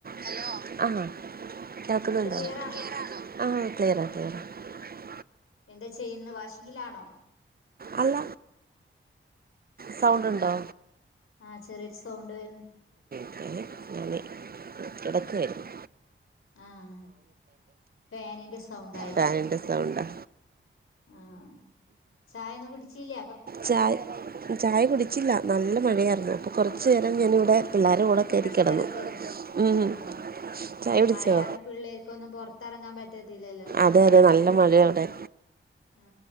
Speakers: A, on the right; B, on the left.
A: Hello ആഹ് കേക്കുന്നുണ്ടോ
B: clear
A: sound
B: ആണോ
A: ക്ലിയറാണോ ആഹ്. <unintelligible>
B: എന്താ ചെയ്യുന്ന വാഷിങ്ങിലാണോ?
A: അല്ല സൗണ്ട്
B: ആഹ്
A: ഉണ്ടോ
B: ആഹ് ചെറിയൊരു സൗണ്ട് വരുന്ന്.
A: <unintelligible> കിടക്കുവാരുന്നു
B: ആഹ് ഫാനിന്റെ സൗണ്ടായിരിക്കും
A: ഫാനിൻ്റെ സൗണ്ടാ
B: ആഹ ചായ ഒന്നും കുടിച്ചില്ല.
A: ചായ, ചായ കുടിച്ചില്ല നല്ല മഴയായിരുന്നു അപ്പൊ കുറച്ച് ഇച്ചിനേരം ഞാനിവിടെ പിള്ളേരുടെ കൂടെ കയറി
B: റസ്റ്റ്
A: കിടന്നു
B: എടുക്ക്
A: ഉം.
B: ആഹ
A: ചായ കുടിച്ചോ
B: മഴയാവുമ്പൊ പിള്ളേർക്ക് ഒന്നും പുറ കറങ്ങാ പ റ്റത്തില്ലല്ലോ?
A: അതെ അതെ നല്ല മഴയാണ് അവിടെ
B: ആ